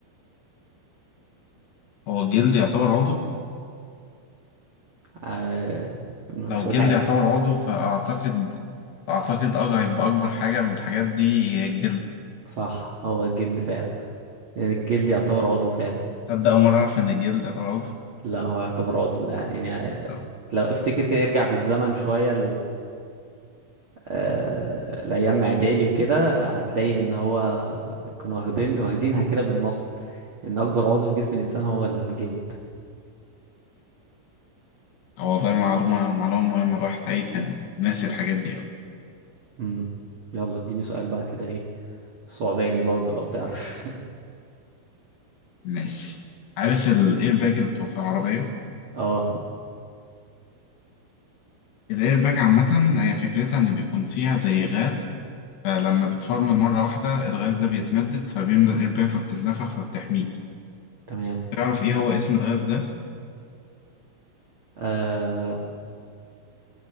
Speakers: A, on the left (about 65°); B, on the right (about 55°).
A: هو الجلد يعتبر عضو؟
B: آه مش
A: لو الجلد
B: هقول حاجة
A: يعتبر عضو فأعتقد أعتقد أه هيبقى أكبر حاجة من الحاجات دي هي الجلد
B: صح هو الجلد فعلا لان الجلد يعتبر عضو فعلا
A: تصدق أول مرة أعرف إن الجلد يعتبر عضو؟
B: لا هو يعتبر عضو لا يعني آه،
A: طب
B: لو افتكر كده ارجع بالزمن شوية آه، الايام اعدادي وكده هتلاقي ان هو كانوا واخدين واخدينها كده بالنص ان اكبر عضو في جسم الانسان هو الجلد
A: أه والله معلومة معلومة مهمة الواحد حقيقي كان ناسي الحاجات دي أوي
B: امم يلا اديني سؤال بقى كده ايه صعباني برضه لو تعرف <laughs>
A: ماشي عارف الإيرباج اللي بتبقى في العربية؟
B: اه
A: الإيرباج عامة هي فكرتها إن بيكون فيها زي غاز آه، لما بتفرمل مرة واحدة الغاز ده بيتمدد فبيملى الايرباك فبتتنفخ فبتحميك
B: تمام
A: تعرف ايه هو اسم الغاز ده
B: آه